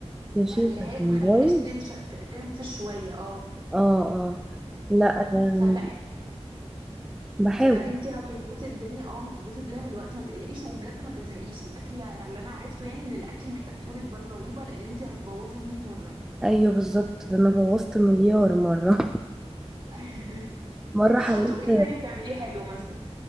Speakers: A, in the centre; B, on the right.
A: يا شيخه
B: ما خليها
A: كان
B: ما خليهاش
A: بايظ
B: تنشا ت- تنفش شويه اه
A: اه اه لا
B: فاهمه
A: أم،
B: فلا
A: بحاول
B: فلا انت هتظبطي الدنيا اه هتظبطي الدنيا بالوقت ما تقلقيش وبجد ما تزهقيش الاكل انا اللي انا عرفته يعني ان الاكل محتاج طولة بال رهيبه لان انت هتبوظي 100 مره
A: ايوه بالظبط ده انا بوظت مليار مره
B: <laughs>
A: <laughs> مره حاولت
B: طب ايه تاني بتعمليه حلو مثلا